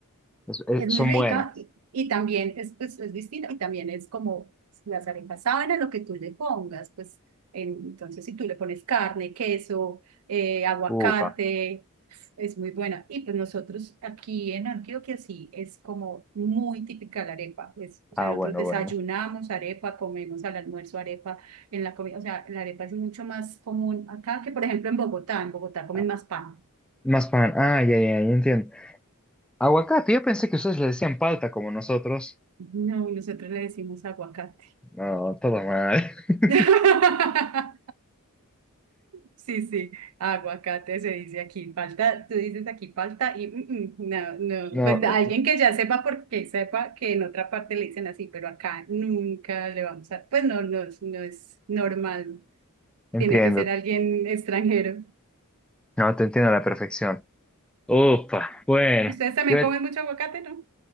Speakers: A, in the centre; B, on the right.
A: Es- eh,
B: es
A: son
B: muy rica
A: buenos.
B: y, y también es, pues, es distinta y también es como las arepas saben a lo que tú le pongas, pues en- entonces si tú le pones carne, queso, eh, aguacate,
A: Ufa.
B: es muy buena. Y pues nosotros aquí en Antioquia sí, es como muy típica la arepa, pues, o
A: Ah,
B: sea, nosotros
A: bueno,
B: desayunamos
A: bueno.
B: arepa, comemos al almuerzo arepa en la comida, o sea, la arepa es mucho más común acá que por ejemplo en Bogotá, en Bogotá comen
A: Ah,
B: más pan.
A: Más pan. Ah, ya, ya, ya entiendo. Aguacate, yo pensé que ustedes le decían palta como nosotros.
B: No, nosotros le decimos aguacate.
A: No, todo mal. <laughs>
B: <laughs> Sí, sí, aguacate se dice aquí, falta, tú dices aquí falta y mm, mm, no,
A: No,
B: no, pues alguien que ya sepa porque sepa que en otra parte le dicen así, pero acá nunca le vamos a, pues no, no, es- no es normal,
A: entiendo.
B: tiene que ser alguien extranjero.
A: No, te entiendo a la perfección. Ufa, bueno.
B: ¿Y ¿Ustedes también
A: Yo-
B: comen mucho aguacate, no?